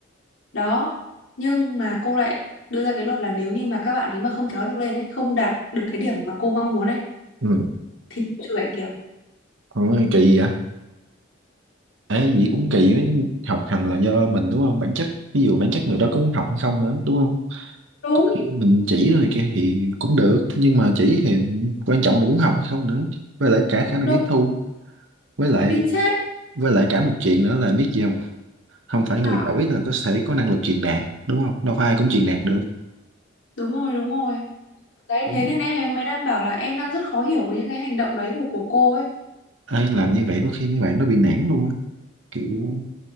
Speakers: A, on the left (about 75°); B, on the right (about 75°).
A: Đó. Nhưng mà cô lại đưa ra cái luật là nếu như mà các bạn ấy mà không kéo được lên ấy, không đạt được cái điểm mà cô mong muốn ấy
B: ừ
A: thì cô trừ hạnh kiểm.
B: Ôi, kỳ vậy Ê, vậy cũng kỳ với học hành là do mình đúng không? Bản chất, ví dụ bản chất người đó có muốn học hay không nữa, đúng không?
A: Đúng,
B: Có Khi mình chỉ rồi kia thì cũng được, nhưng mà chỉ thì quan trọng là muốn học hay không nữa. Với lại cả khả năng
A: đúng,
B: tiếp thu, với lại
A: chính xác.
B: với lại cả một chuyện nữa là biết gì không? Không phải
A: Trời,
B: người giỏi là có thể có năng lực truyền đạt, đúng không? Đâu phải ai cũng truyền đạt được.
A: đúng rồi, đúng rồi. Đấy,
B: Ừ.
A: thế nên em em mới đang bảo là em đang rất khó hiểu với những cái hành động đấy của của cô ấy.
B: Ai làm như vậy có khi mấy bạn nó bị nản luôn á, kiểu